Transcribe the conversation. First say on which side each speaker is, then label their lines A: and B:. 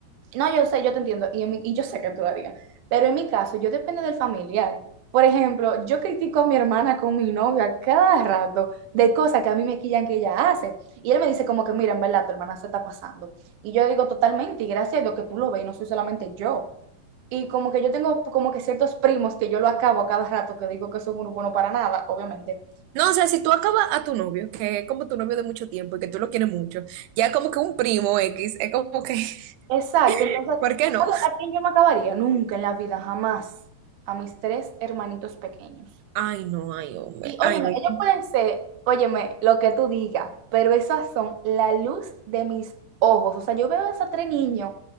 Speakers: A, on the right; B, on the right.
A: no, yo sé, yo te entiendo, y, en mi- y yo sé que tú lo harías, pero en mi caso, yo depende del familiar. Por ejemplo, yo critico a mi hermana con mi novia cada rato de cosas que a mí me quillan que ella hace. Y él me dice como que, mira, en verdad, tu hermana se está pasando. Y yo digo totalmente, y gracias a Dios que tú lo ves, y no soy solamente yo. Y como que yo tengo como que ciertos primos que yo lo acabo a cada rato, que digo que son unos buenos para nada, obviamente.
B: No, o sea, si tú acabas a tu novio, que es como tu novio de mucho tiempo y que tú lo quieres mucho, ya como que un primo X, es como que, <laughs>
A: Exacto, entonces,
B: ¿por qué no?
A: ¿sabes a quién yo me acabaría? Nunca en la vida, jamás. A mis tres hermanitos pequeños.
B: Ay, no, ay, hombre,
A: Y óyeme,
B: ay,
A: ellos
B: no.
A: pueden ser, óyeme, lo que tú digas, pero esas son la luz de mis ojos. O sea, yo veo a esos tres niños